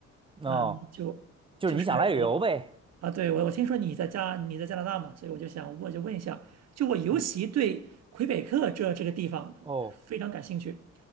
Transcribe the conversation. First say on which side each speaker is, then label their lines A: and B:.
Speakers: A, on the right; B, on the right.
A: 嗯，
B: 哦，
A: 就就是我
B: 就是你想来旅游呗，
A: 啊，对，我我听说你在加你在加拿大嘛，所以我就想我就问一下，就我尤其对魁北克这这个地方非常感兴趣。
B: 嗯，哦，